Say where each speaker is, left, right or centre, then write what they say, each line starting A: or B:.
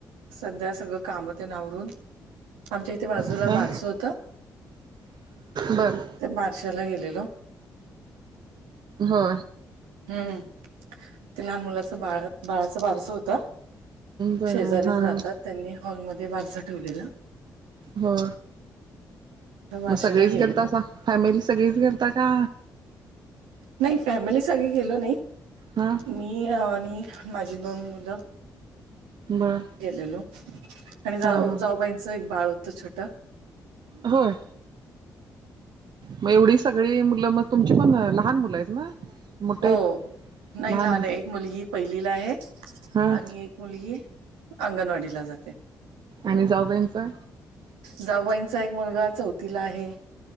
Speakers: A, on the right; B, on the right.
A: सध्या सगळं काम त्यां नावरून आमच्या. ते बाजूला
B: ह
A: बारस होत
B: बर
A: ते बारशाला गेलेल.
B: हो
A: हम्म ते लहान मुलाचं बाळ बाळाच बारस होत.
B: बर
A: शेजारीच
B: हा
A: राहतात
B: हा
A: त्यांनी हॉलमध्ये बाारच ठेवलेला.
B: हो
A: त्या बारशाला
B: मग सगळीच
A: गेलेलो
B: घेता का फॅमिली सगळीच घेता का?
A: नाही फॅमिली साग गेलो नाही.
B: हा
A: मी आणि माझी दोण मुलं.
B: बर
A: गेलेलो आणि जाऊ
B: हा हा
A: जाऊबाईंचं एक बाळ होतं छोट
B: होय. मग एवढी सगळी मुलं मग तुमची पण लहान मुलं आहेत ना मोठे
A: हो
B: आहेत
A: नाही
B: लहानच
A: लहान आहे एक मुलगी पहिलीला आहे
B: हा
A: आणि एक मुलगी अंगणवाडीला जाते.
B: आणि जाऊबाईनचा?
A: जाऊबाईंचा एक मुलगा चौथीला आहे